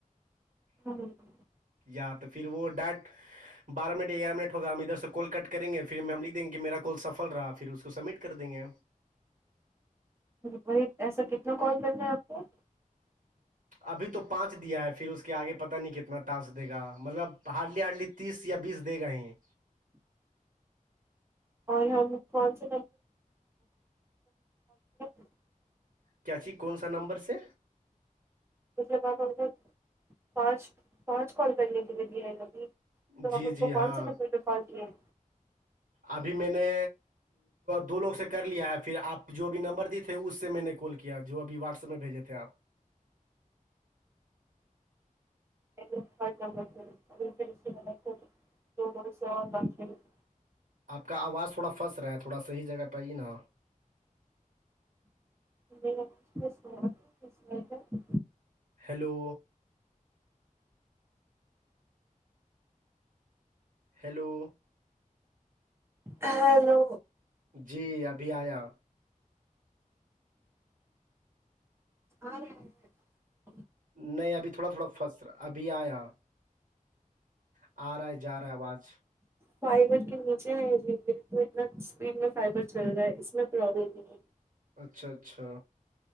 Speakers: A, on the right; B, on the right.
A: <inaudible>
B: یا تو پھر وہ ڈٹ بارہ منٹ گیارہ منٹ ہوگئے ہم ادھر سے کال کٹ کریں گے پھر ہم لکھ دیں گے میرا کول سفل رہا پھر اس کو سبمٹ کر دیں گے
A: وہی ایسا کتنا کال کرنا ہے آپ کو
B: ابھی تو پانچ دیا ہے پھر اس کے آگے پتا نہیں کتنا ٹاسک دے گا مطلب ہارڈلی ہارڈلی تیس یا بیس دیگا یہ
A: اور ہم کون سے <inaudible>
B: کیا چی کون سا نمبر سے
A: مطلب آپ ہم پانچ پانچ کال کر نے کے لیے <unintelligible> تو
B: جی
A: اب ہم
B: جی
A: کو
B: ہاں
A: کون سے نمبر پہ کال کیے ہیں
B: ابھی میں نے دو لوگ سے کر لیا ہے پھر آپ جو بھی نمبر دیے تھے اس سے میں نے کال کیا جو ابھی واٹسپ میں بھیجے تھے آپ
A: <unintelligible>
B: آپ کا آواز تھوڑا فس رہا ہے تھوڑا صحیح جگہ پہ ائیے نا
A: <unintelligible>
B: ہیلو ہیلو
A: ہیلو
B: جی ابھی آیا
A: آرہا ہے نہ
B: نہیں ابھی تھوڑا تھوڑا فس را ابھی آیا آ رہا ہے جا رہا ہے آواز
A: فائبر کے نیچے ہیں بلڈنگ تو اتنا اسپیڈ میں فائبر چل رہا ہے اس میں پرابلم نہیں ہے
B: اچھا اچھا